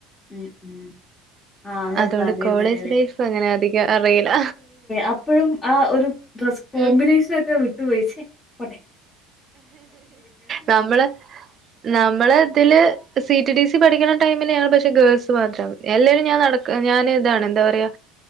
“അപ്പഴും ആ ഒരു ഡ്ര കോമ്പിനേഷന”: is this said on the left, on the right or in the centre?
Left